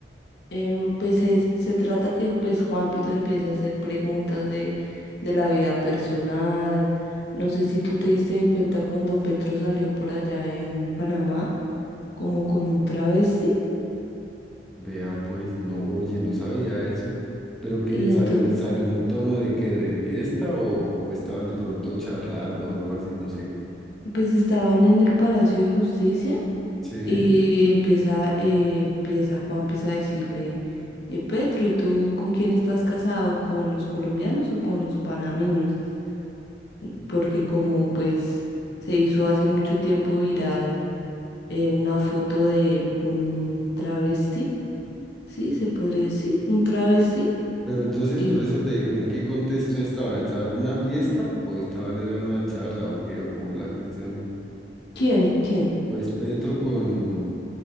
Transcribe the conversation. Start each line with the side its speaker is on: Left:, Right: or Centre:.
Left: Em, pues es- se trata que pues Juanpis le empieza a hacer preguntas de, de la vida personal. No sé si tú te diste cuenta cuando Petro salió por allá en Panamá, como con un travesti,
Centre: Vea, pues, no, oye, no sabía eso. ¿Pero qué
Left: y entonces
Centre: salió, salió en tono de que de fiesta o, o estaban de pronto charlando o algo así? No sé.
Left: pues estaban en el Palacio de Justicia.
Centre: Sí,
Left: Y empieza, eh, empieza Juan empieza a decirle, eh, Petro, ¿y tú con quién estás casado? ¿Con los colombianos o con los panameños? Y- Porque como pues se hizo hace mucho tiempo viral eh, una foto de él con un travesti, ¿sí? Se podría decir, un travesti.
Centre: pero entonces
Left: ¿Y
Centre: por eso te digo, ¿en qué contexto estaban? ¿Estaban en una fiesta o estaban era en una charla o qué? ¿O cómo es la cuestión?
Left: quién? ¿Quién?
Centre: Pues Petro con,